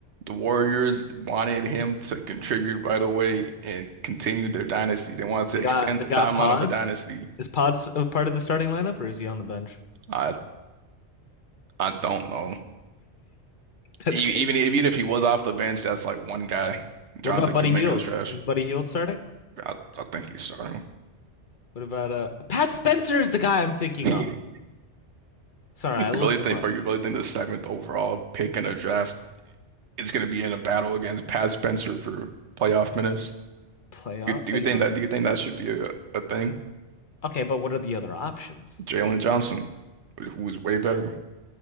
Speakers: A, on the right; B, on the left.
A: The Warriors wanted him to contribute right away and continue their dynasty. They wanted to
B: They got
A: extend
B: they
A: the
B: got
A: timeline
B: Pods.
A: of the dynasty.
B: Is Pods a part of the starting lineup or is he on the bench?
A: I I don't know.
B: That's
A: E-
B: crazy.
A: Even even if he was off the bench, that's like one guy.
B: What
A: Jonathan
B: about Buddy
A: Kuminga
B: Hield?
A: is trash.
B: Is Buddy Hield starting?
A: I, I think he's starting.
B: What about uh Pat Spencer is the guy I'm thinking
A: <laughs>
B: of. Sorry,
A: You
B: I looked
A: really think,
B: him up.
A: but you really think the seventh overall pick in the draft is going to be in a battle against Pat Spencer for playoff minutes?
B: Playoff.
A: You, do
B: Oh
A: you
B: yeah.
A: think that? Do you think that should be a, a thing?
B: Okay, but what are the other options?
A: Jalen Johnson, who's way better.